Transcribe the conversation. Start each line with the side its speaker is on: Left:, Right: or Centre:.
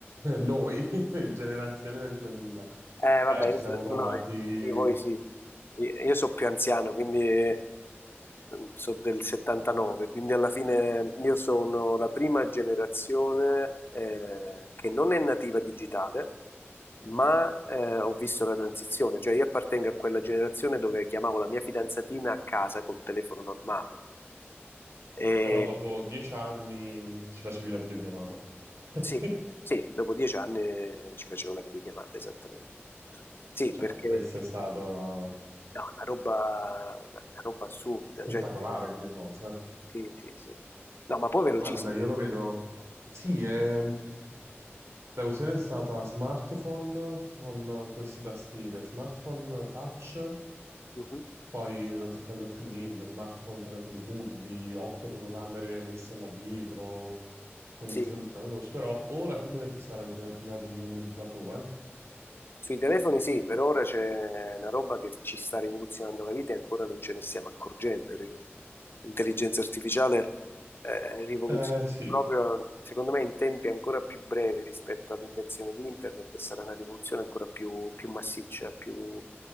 Right: noi, <laughs> generazione del 2000,
Left: Eh,
Right: cioè,
Left: vabbè, io
Right: ci siamo
Left: so-
Right: trovati,
Left: no, eh, voi sì. Io sono più anziano, quindi sono del 79, quindi alla fine io sono la prima generazione eh, che non è nativa digitale, ma eh, ho visto la transizione, cioè io appartengo a quella generazione dove chiamavo la mia fidanzatina a casa col telefono normale. E,
Right: però dopo dieci anni ci facevi la videochiamata. <laughs>
Left: sì, sì, dopo dieci anni ci facevo la videochiamata, esattamente. Sì,
Right: Cioè,
Left: perché
Right: questo è stato
Left: No, una roba, una una roba assurda,
Right: spettacolare
Left: cioè,
Right: come cosa.
Left: sì, sì, sì. No, ma poi velocissimo.
Right: Guarda, io lo vedo. Sì, è... la questione è stata smartphone con queste tastiere, smartphone touch,
Left: Mhm.
Right: poi non si è capito più niente, smartphone telefoni curvi, otto fotocamere messe là dietro, connessioni
Left: Sì,
Right: ultraveloci, però ora secondo me si sta raggi- raggiungendo un plateau, eh?
Left: sui telefoni sì, per ora c'è una roba che ci sta rivoluzionando la vita e ancora non ce ne stiamo accorgendo. Ri- L'intelligenza artificiale eh, rivoluziona
Right: Eh sì,
Left: proprio, secondo me, in tempi ancora più brevi rispetto all'invenzione di internet, è stata una rivoluzione ancora più, più massiccia, più,